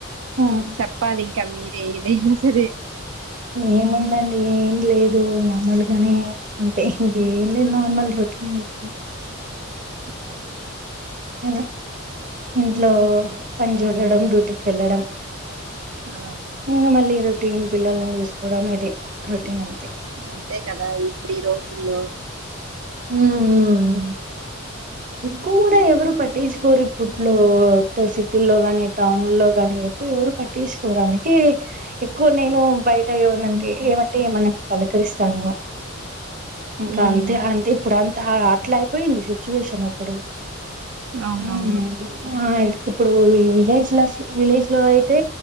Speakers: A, on the right (about 40°); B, on the right (about 65°).
A: ఉమ్.
B: చప్పాలి క మీరే ఏదైనా సరే
A: ఏముందండి ఏం లేదు నార్మల్ గానే అంతే ఇంకేం లేదు నార్మల్ రొటీన్ లైఫ్ ఏ
B: ఆ
A: అ ఇంట్లో పని చూడడం డ్యూటీకి వెళ్ళడం
B: ఆ
A: ఇంగ మళ్ళీ రోట్ టీన్ పిల్లల్ని చూసుకోవడం ఇదే రొటీన్ అంతే
B: అంతే కదా ఇప్పుడు ఈ రోజుల్లో
A: మ్మ్ హ్మ్ ఎక్కువ కూడా ఎవరు పట్టిచు కోరు ఇప్పట్లో ట సిటీల్లో గాని టౌన్ ల్లో గాని ఎక్కువ ఎవరు పట్టించకోరానికి ఎక్కువ నేను బయట ఎవరినంటే ఏమంటే ఏమన పలకరిస్తాను. ఇంకా
B: ఉమ్
A: అంతే అంటే ఇప్పుడు అం హా అట్లా అయిపోయింది సిచ్ వేషన్ ఇప్పుడు
B: అవునవును
A: హ్మ్ ఆయ్ ఇప్పుడు విలేజ్ లో అస్లు విలేజ్ లో అయితే